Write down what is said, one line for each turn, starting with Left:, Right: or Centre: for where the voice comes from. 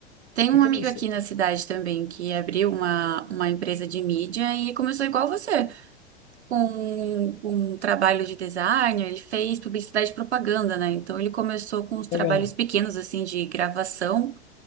Right: Tem
Left: fica
Right: um amigo
Left: nisso
Right: aqui
Left: aí.
Right: na cidade também que abriu uma, uma empresa de mídia e começou igual você. com um trabalho de design, ele fez publicidade e propaganda, né? Então ele começou com os trabalhos
Left: Legal.
Right: pequenos, assim, de gravação.